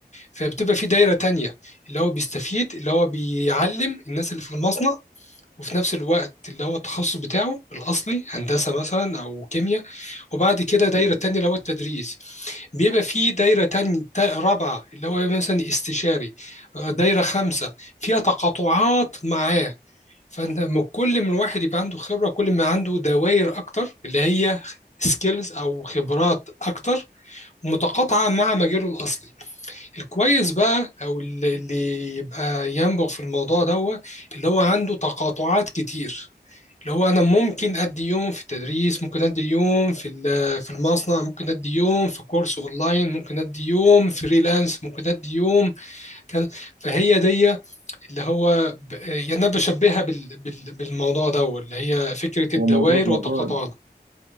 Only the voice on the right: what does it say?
مظبوط.
هو موضوع موضوع